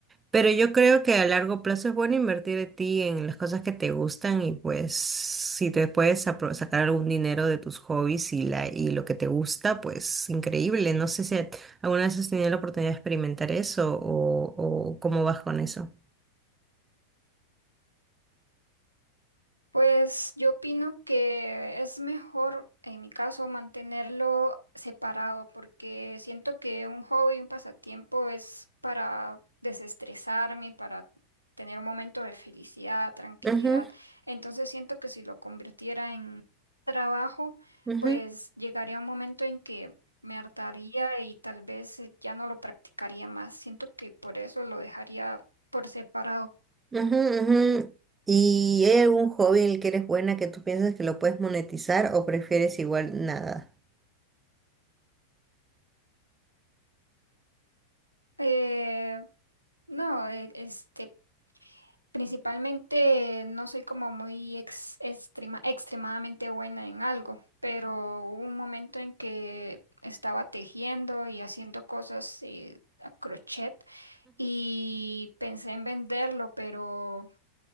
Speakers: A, on the right; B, on the right.
A: Pero yo creo que a largo plazo es bueno invertir de ti en las cosas que te gustan y pues si te puedes apro- sacar algún dinero de tus hobbies y, la, y lo que te gusta, pues increíble. No sé si a- alguna vez has tenido la oportunidad de experimentar eso o, o cómo vas con eso.
B: Pues yo opino que es mejor, en mi caso, mantenerlo separado, porque siento que un hobby, un pasatiempo es para desestresarme, para tener un momento de felicidad, tranquilidad.
A: Ujú,
B: Entonces siento que si lo convirtiera en trabajo,
A: ujú,
B: pues llegaría un momento en que me hartaría y tal vez eh, ya no lo practicaría más. Siento que por eso lo dejaría por separado.
A: ujú, ujú. ¿Y hay algún hobby en el que eres buena que tú piensas que lo puedes monetizar o prefieres igual nada?
B: Eh, No, e- este, principalmente no soy como muy ex- extrema- extremadamente buena en algo, pero hubo un momento en que estaba tejiendo y haciendo cosas eh, a crochet y pensé en venderlo, pero